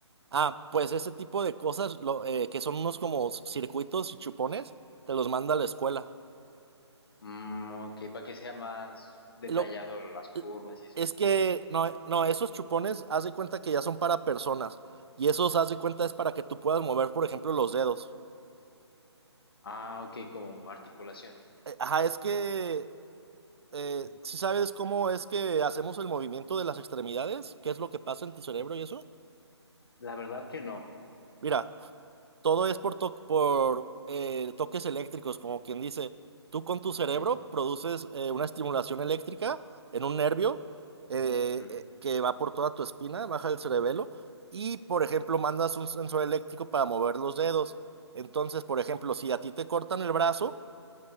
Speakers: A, on the right; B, on the left.
A: Ah, pues ese tipo de cosas, lo, eh, que son unos como circuitos y chupones, te los manda la escuela.
B: Mm, ok, para que sea más detallado
A: Lo
B: las curvas
A: eh,
B: y eso.
A: Es que no, eh, no, esos chupones haz de cuenta que ya son para personas y esos haz de cuenta es para que tú puedas mover, por ejemplo, los dedos.
B: Ah, ok, como articulación.
A: Eh, Ajá, es que eh, si sabes cómo es que hacemos el movimiento de las extremidades, qué es lo que pasa en tu cerebro y eso.
B: La verdad que no.
A: Mira, Todo es por, to- por eh, toques eléctricos, como quien dice, tú con tu cerebro
B: Ujú,
A: produces eh, una estimulación eléctrica en un nervio eh,
B: ujú,
A: eh, que va por toda tu espina, baja el cerebelo, y por ejemplo mandas un sensor eléctrico para mover los dedos. Entonces, por ejemplo, si a ti te cortan el brazo,